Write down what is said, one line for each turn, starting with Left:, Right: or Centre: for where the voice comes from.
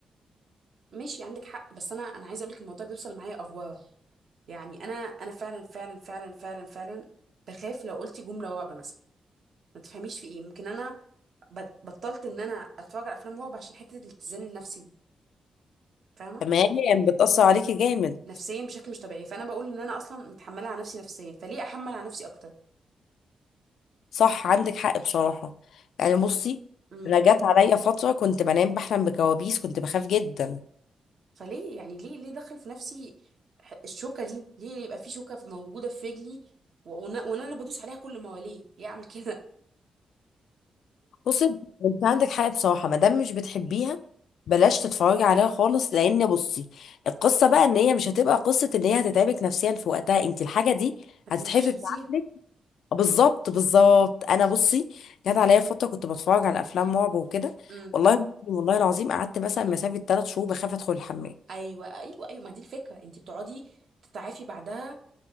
Right: ماشي عندك حق بس انا انا عايزه اقول لك الموضوع بيوصل معايا افواه يعني انا انا فعلا فعلا فعلا فعلا فعلا بخاف لو قلت جمله رعب مثلا ما تفهميش في ايه ممكن انا بط- بطلت ان انا اتفرج على افلام رعب عشان حته الاتزان النفسي دي فاهمه
Left: تمام بتاثر عليكي جامد
Right: نفسيا بشكل مش طبيعي فانا بقول ان انا اصلا متحمله على نفسي نفسيا فليه احمل على نفسي اكتر
Left: صح عندك حق بصراحه يعني بصي
Right: ف...
Left: انا جت عليا فتره كنت بنام بحلم بكوابيس كنت بخاف جدا
Right: فليه يعني ليه ليه دخل في نفسي ح- الشوكة دي ليه يبقى في شوكة موجودة في رجلي و- وانا وأنا أنا بدوس عليها كل ما وليه ليه اعمل كده
Left: بصي انت عندك حق بصراحه ما دام مش بتحبيها بلاش تتفرجي عليها خالص لان بصي القصه بقى ان هي مش هتبقى قصه ان هي هتتعبك نفسيا في وقتها انت الحاجه دي
Right: <laughs> هت-
Left: هتتحفي
Right: مش هنسيها
Left: في عقلك بالظبط بالظبط انا بصي جت عليا فتره كنت بتفرج على افلام رعب وكده
Right: امم
Left: والله والله العظيم قعدت مثلا مسافه ثلاث شهور بخاف ادخل الحمام
Right: ايوه ايوه ايوه ما دي الفكرة انت بتقعدي تتعافي بعدها